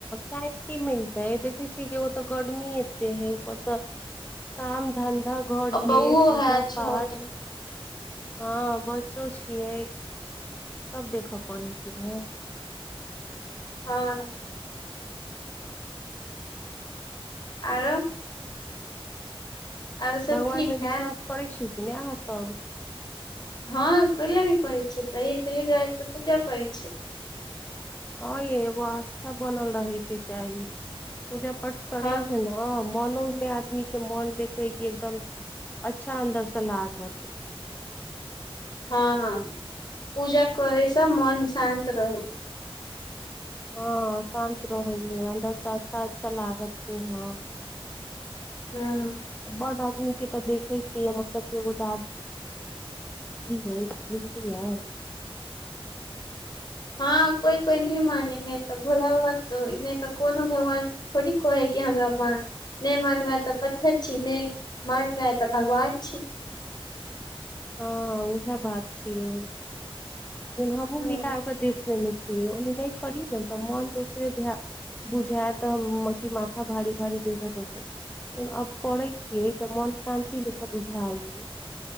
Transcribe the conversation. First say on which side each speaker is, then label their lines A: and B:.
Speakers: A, on the left (about 15°); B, on the left (about 45°).
A: टाइम की मिलतै देखे छियै कि ओ तऽ गर्मी एते है ऊपरसँ काम धन धा घर
B: बौओ
A: के पूजा
B: है छोट
A: पाठ हँ बच्चो छियै सब देखऽ पड़ै कि ने
B: हँ आरो आरो सब
A: भगवानमे
B: ठीक है
A: विश्वास करै छी कि नहि आहाँ सब
B: हँ कएलै नहि करै छै तऽ तहि दुआरे तऽ पूजा करै छ
A: हँ यै एगो आस्था बनल रहयके चाही पूजा पाठ करला
B: हँ
A: से ने मन मनो मे आदमी के मोन देखबै की एकदम अच्छा अन्दर से लागत
B: हँ पूजा करैसँ मन शान्त रहै
A: हँ शान्त रहै हइ अन्दरसँ अच्छा अच्छा लागत की हँ
B: हूँ
A: बड आदमी के तऽ देखै छियै मतलब एगो <unintelligible> की हइ बुझलीयै
B: हँ कोइ कोइ नहि मान हइ तऽ भोला बाबा त इने त कोनो भगवान थोड़ी कहै कि हमरा मान नहि मानवै तऽ प्थर छी नहि मानवै तऽ भगवान छी
A: हँ उहाए बात छियै हमहूँ
B: हँ
A: मिलाक देख लेने ओने नहि करी ने तऽ मन दोसरे बुझाय तऽ म-माथा भारी भारी ले- लेकिन अब करै छियै तऽ मन शान्ति जंका बुझाइ हइ